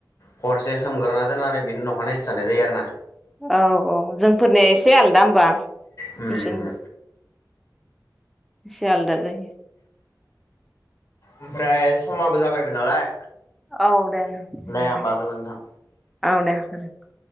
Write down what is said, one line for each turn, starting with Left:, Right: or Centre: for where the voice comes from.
Left: हरसे सोमगोरोना दोननानै बिनि नखानायैसो जानाय जायो आरो ना
Centre: औ औ जोंफोरनिया एसे आलादा होमबा नोंसोरनिजों
Left: उम
Centre: इसे आलादा जायो
Left: ओमफ्राय समाबो जाबायमोन नालाय
Centre: औ दे
Left: होमबा
Centre: दे
Left: गोजोन्थों
Centre: औ दे गोजोनथों